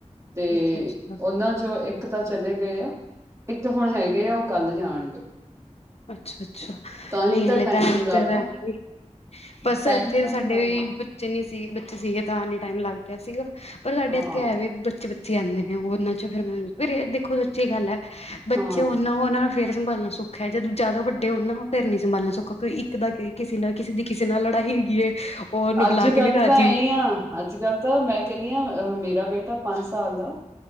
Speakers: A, on the right (about 25°); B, on the left (about 60°).
A: ਤੇ
B: ਅੱਛਾ ਅੱਛਾ
A: ਓਨਾਂ ਚੋਂ ਏਕ ਤਾਂ ਚਲੇ ਗਏ ਆ। ਇੱਕ ਤਾਂ ਹੁਣ ਹੈਗੇ ਆ ਓ ਕੱਲ ਜਾਣਗੇ।
B: ਅੱਛਾ ਅੱਛਾ।
A: ਤਾਂ ਹੀ
B: ਨਈ ਹਲੇੇ
A: ਟਾਈਮ
B: ਤਾਂ
A: ਨੀ
B: ਇਕ
A: ਲੱਗਦਾ
B: ਬਸ
A: ਟਾਈਮ
B: ਐਥੇ
A: ਤਾਂ
B: ਸਾਡੇ
A: ਨੀ ਲੱਗਦਾ
B: ਵੀ ਚਨੀ ਸੀ ਬੱਚੇ ਸੀਗੇ ਤਾਂ ਨੀ ਟਾਈਮ ਲੱਗ ਰਿਹਾ ਸੀਗਾ ਪਰ ਸਾਡੇ
A: ਹਾਂ
B: ਐਥੇ ਐਵੇ ਬੱਚੇੇ ਆਂਦੇ ਨੇ ਓਨਾਂ ਚ ਫੇਰ ਮੈ ਫਿਰ ਏਹ ਦੇਖੋ ਸੱਚੀ ਗੱਲ ਐ ਬੱਚੇ
A: ਹਾਂ
B: ਓਨਾਂ ਓ ਨਾ ਫੇਰ ਸੰਭਾਲਣਾ ਸੋਖਾ ਐ। ਜਦੋਂ ਜ਼ਆਦਾ ਵੱਡੇ ਹੋਣ ਨਾ ਫੇਰ ਨੀ ਸੰਭਾਲਣਾ ਸੋਖਾ ਕੋ ਈ ਕਿਦਾ ਕੀ ਕਿਸੇ ਦੀ ਕਿਸੇ ਨਾਲ ਲੜਾਈ ਹੈਗੀ ਏ ਓ ਔਨੂੰ
A: ਅੱਜ
B: ਬੁਲਾ
A: ਕੱਲ
B: ਕੇ ਨੀ ਰਾਜੀ।
A: ਤਾਂ ਐ ਆ ਅੱਜ ਕੱਲ ਮੈਂ ਕਹਿੰਨੀ ਆਂ ਅ ਮੇਰਾ ਬੇਟਾ ਪੰਜ ਸਾਲ ਦਾ